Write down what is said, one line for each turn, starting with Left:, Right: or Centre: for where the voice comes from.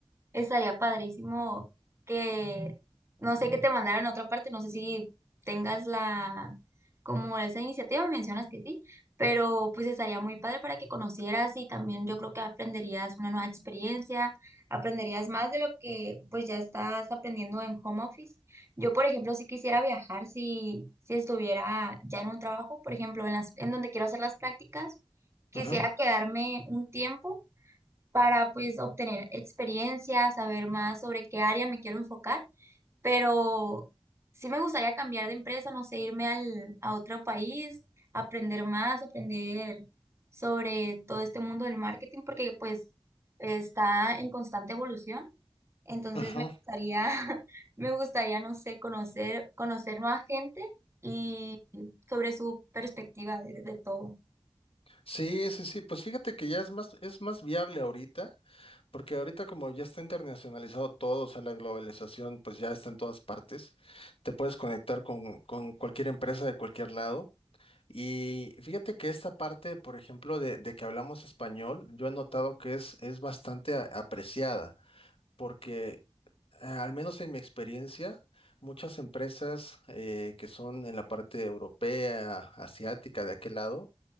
Right: Estaría padrísimo que, no sé, que te mandaran a otra parte, no sé si tengas la, como esa iniciativa, me mencionas que sí, pero pues estaría muy padre para que conocieras y también yo creo que aprenderías una nueva experiencia, aprenderías más de lo que pues ya estás aprendiendo en home office. Yo, por ejemplo, si quisiera viajar, si, si estuviera ya en un trabajo, por ejemplo, en las, en donde quiero hacer las prácticas, quisiera
Left: Ujú,
Right: quedarme un tiempo para pues obtener experiencia, saber más sobre qué área me quiero enfocar, pero sí me gustaría cambiar de empresa, no sé, irme al, a otro país, aprender más, aprender sobre todo este mundo del marketing, porque pues está en constante evolución, entonces
Left: ujú.
Right: me gustaría, <laughs> me gustaría, no sé, conocer, conocer más gente y sobre su perspectiva de de todo.
Left: Sí, sí, sí, pues fíjate que ya es más, es más viable ahorita, porque ahorita como ya está internacionalizado todo, o sea, la globalización pues ya está en todas partes, te puedes conectar con, con cualquier empresa de cualquier lado Y fíjate que esta parte, por ejemplo, de, de que hablamos español, yo he notado que es, es bastante a- apreciada, porque eh, al menos en mi experiencia, muchas empresas eh, que son en la parte europea, asiática, de aquel lado,